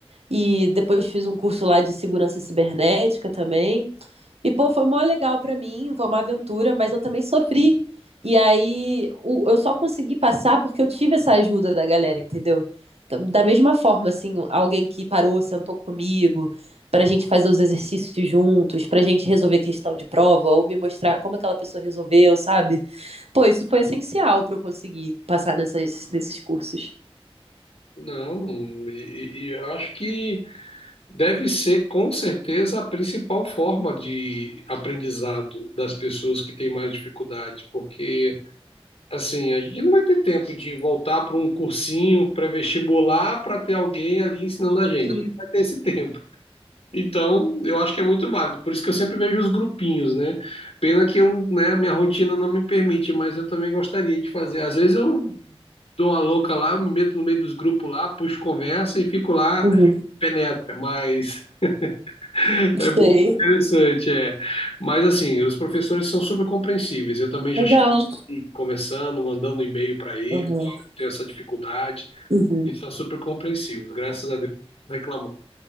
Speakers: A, on the right (about 80°); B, on the left (about 80°).
A: e depois fiz um curso lá de segurança cibernética também. E, pô, foi mó legal pra mim, foi uma aventura, mas eu também sofri. E aí o- eu só consegui passar porque eu tive essa ajuda da galera, entendeu? Então, Da mesma forma, assim, alguém que parou, sentou comigo, pra gente fazer os exercícios juntos, pra gente resolver questão de prova, ou me mostrar como aquela pessoa resolveu, sabe? Pô, isso foi essencial pra eu conseguir passar nessas, nesses cursos.
B: Não, e, e eu acho que deve ser com certeza a principal forma de aprendizado das pessoas que têm mais dificuldade, porque Assim, a gente não vai ter tempo de voltar para um cursinho pré-vestibular para ter alguém ali ensinando a gente.
A: Sim.
B: Não vai ter esse tempo. Então, eu acho que é muito válido. Por isso que eu sempre vejo os grupinhos, né? Pena que eu, né, a minha rotina não me permite, mas eu também gostaria de fazer. Às vezes eu dou uma louca lá, eu me meto no meio dos grupos lá, puxo conversa e fico lá,
A: Uhum.
B: penetra. Mas <laughs>
A: Sei.
B: é muito interessante, é. Mas assim, os professores são super compreensíveis. Eu também já
A: Legal.
B: e conversando, mandando e-mail para eles,
A: Uhum.
B: olha, eu tenho essa dificuldade.
A: Uhum.
B: Eles são super compreensivos, graças a Deus, não reclamam.